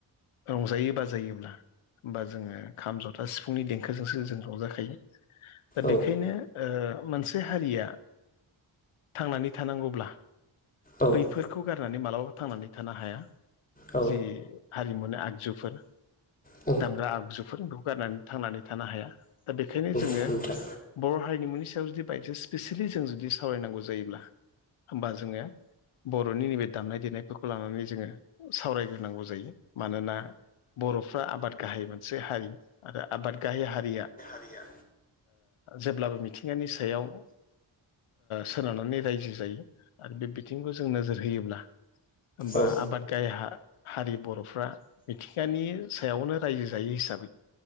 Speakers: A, on the left; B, on the left.
A: रंजायो बाजायोब्ला होमा जोङो खाम जथा दा सिफुंनि देंखोजोंसो जों रंजाखायो दा बेखायनो
B: औ
A: मोनसे हारिया थांनानै थानांगौब्ला
B: औ नोंथां
A: बैफोर गारनानै मालाबाबो थांनानै थानो हाया
B: औ
A: जि हारिमुनि आगजुफोर
B: औ
A: दामग्रा आगजुफोर बेखौ गारनानै थांनानै थानो हाया दा बेखायनो जोङो
B: नोंथां
A: बर' हारिनिमुनि सायाव जुदि बायस स्पेसियेलि जों जुदि सावरायनांगौ जायोब्ला होमबा जोङो बर'नि नैबे दामनाय देनायफोरखौ लानानै जोङो सावरायग्रोनांगौ जायो मानोना बर'फ्रा आबाद गाहाय मोनसे हारि आरो आबाद गाहाय हारिया
B: गैया
A: जेब्लाबो मिथिंगानि सायाव सोनारनानै रायजो जायो आरो बे बिथिंखौ जों नोजोर होयोब्ला होमबा
B: औ
A: आबाद गाय हारि बर'फ्रा मिथिंगानि सायावनो रायजो जायो हिसाबै